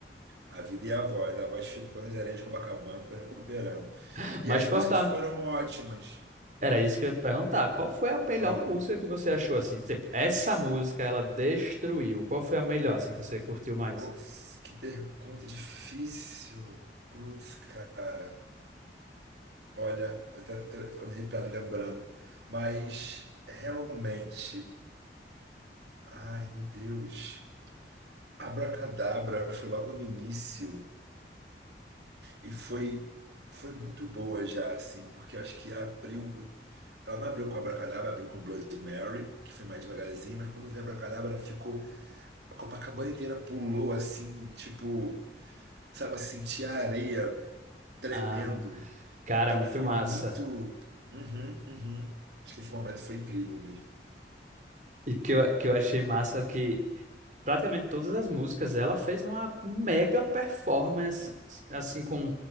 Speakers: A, on the right (about 75°); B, on the right (about 45°).
A: A vida e a voz. A voz ficou nas areias de Copacabana, tô recuperando.
B: <laughs> Mas
A: E as
B: perguntar
A: músicas foram ótimas.
B: Era isso que eu ia te perguntar. Qual foi a melhor
A: Ah,
B: música que você achou assim? Tipo, essa música ela destruiu. Qual foi a melhor assim que
A: hum.
B: você curtiu mais?
A: Putz, que pergunta difícil. Putz, cara. Olha, eu até tô ficando arrepiado lembrando. Mas realmente, ai meu Deus, Abracadabra foi logo no início e foi foi muito boa já assim, porque eu acho que abriu, o- ela não abriu com Abracadabra, abriu com Bloody Mary, que foi mais devagarzinho, mas quando veio Abracadabra ficou a Copacabana inteira pulou assim, tipo, sabe, assim, tinha areia tremendo.
B: Ah, cara,
A: Então
B: muito
A: foi
B: massa.
A: muito Uhum, uhum. Acho que esse momento foi incrível mesmo.
B: E que eu, que eu achei massa que praticamente todas as músicas ela fez uma mega performance assim com